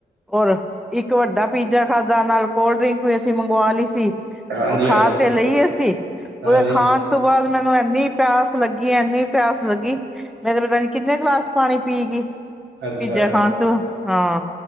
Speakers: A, in the centre; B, on the right.
A: ਹੋਰ ਇੱਕ ਵੱਡਾ ਪੀਜ਼ਾ ਖਾਧਾ ਨਾਲ ਕੋਲਡ ਡਰਿੰਕ ਵੀ ਅਸੀਂ ਮੰਗਵਾ ਲਈ। ਟਿਕੀ
B: ਹਾਂਜੀ
A: ਉਹ ਖਾ
B: ਹਾਂਜੀ
A: ਤੇ ਲਈ ਸੀ
B: ਹਾਂਜੀ
A: ਉਹਦੇ ਖਾਣ ਤੋਂ ਬਾਅਦ ਮੈਨੂੰ ਇੰਨੀ ਪਿਆਸ ਲੱਗੀ ਇੰਨੀ ਪਿਆਸ ਲੱਗੀ ਮੇਰੇ ਪਤਾ ਨੀ ਕਿੰਨੇ ਗਲਾਸ ਪਾਣੀ ਪੀ ਗਈ।
B: ਅੱਛਾ
A: ਪੀਜ਼ਾ ਖਾਣ ਤੂੰ ਹਾਂ।